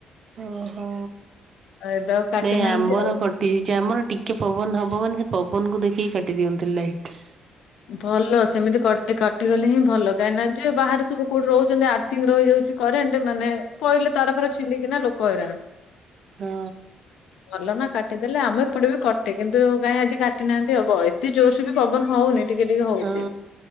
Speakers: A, on the right; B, on the left.
A: ଓହୋ
B: ଆଉ ଏବେ ଆଉ କାଟି
A: ନାଇଁ
B: ନାହାନ୍ତି
A: ଆମର
B: ଆଉ।
A: କଟ କଟିଯାଇଛି ଆମର ଟିକେ ପବନ ହବ ମାନେ ସେ ପବନକୁ ଦେଖିକି କାଟି ଦିଅନ୍ତି ଲାଇଟ୍।
B: ଭଲ ସେମିତି କ କଟିଗଲେ ହିଁ ଭଲ କାହିଁକି ନା ଯିଏ ବାହାରେ ସବୁ କୋଉଠି ରହୁଛନ୍ତି ଆର୍ଥିଂ ରହିଯାଉଛି କରେଣ୍ଟ ମାନେ ପଇଲେ ତାର ଫାର ଛିଣ୍ଡିକିନା ଲୋକ ହଇରାଣ।
A: ହଁ
B: ଭଲନା କାଟ କାଟିଦେଲେ ଆମ ଏପଟେ ବି କଟେ କିନ୍ତୁ କାଁଇ ଆଜି କାଟିନାହାନ୍ତି ହବ ଏତେ ଜୋରସ ବି ପବନ ହଉନି। ଟିକେ ଟିକେ ହଉଛି।
A: ହଁ।